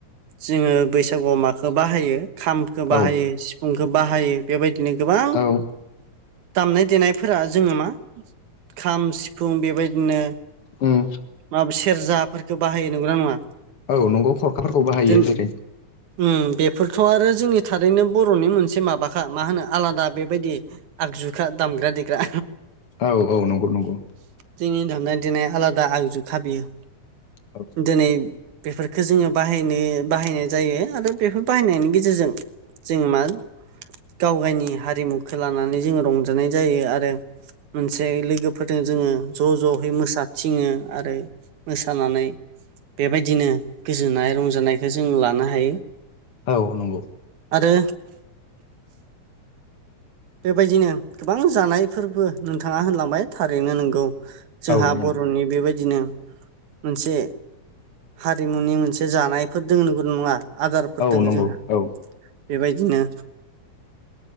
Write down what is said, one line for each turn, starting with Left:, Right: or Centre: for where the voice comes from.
Right: जोङो बैसागुआव माखौ बाहायो खामखौ
Left: औ
Right: बाहायो सिफुंखौ बाहायो बेबायदिनो गोबां
Left: औ
Right: दामनाय देनायफोरा जोङो मा खाम सिफुं बेबायदिनो
Left: उम
Right: माबा सेरजाफोरफोरखौ बाहायो नंगौना नङा
Left: औ नंगौ खरखाफोरखौ बाहायो
Right: जों
Left: जेरै
Right: उम बेफोरथ' आरो जोंनि थारैनो बर'नि मोनसे माबाखा मा होनो आलादा बेबायदि आगजुखा दामग्रा देग्रा
Left: औ औ नंगौ नंगौ
Right: जोंनि दामनाय देनाय आलादा आगजुखा बियो
Left: औ
Right: दिनै बेफोरखौ जोङो बाहायनो बाहायनाय जायो आरो बेफोर बाहायनायनि गेजेरजों जोङो मा गाव गायनि हारिमुखौ लानानै जोङो रंजानाय जायो आरो मोनसे लोगोफोरजों जोङो ज' ज'यै मोसाथिङो आरो मोसानानै बेबायदिनो गोजोननाय रंजानायखौ जों लानो हायो
Left: औ नंगौ
Right: आरो बेबायदिनो गोबां जानायफोरबो नोंथाङा होनलांबाय थारैनो नंगौ जोंहा
Left: औ नंगौ
Right: बर'नि बेबायदिनो मोनसे हारिमुनि मोनसे जानायफोर दों नंगौ नङा आदारफोर
Left: औ
Right: दङ
Left: नंगौ
Right: जोंहा
Left: औ
Right: बेबायदिनो